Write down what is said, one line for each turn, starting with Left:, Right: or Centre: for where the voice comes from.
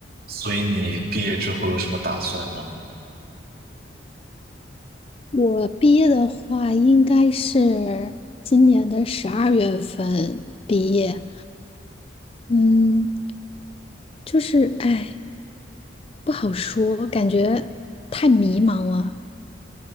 Right: 所以你毕业之后有什么打算吗？
Left: 我毕业的话，应该是今年的十二月份毕业。嗯，就是哎，不好说，感觉太迷茫了，